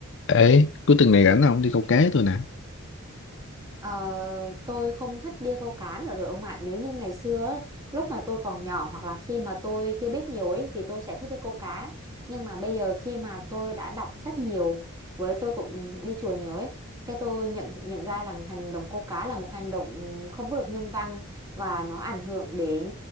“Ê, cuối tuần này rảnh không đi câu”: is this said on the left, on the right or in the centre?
Left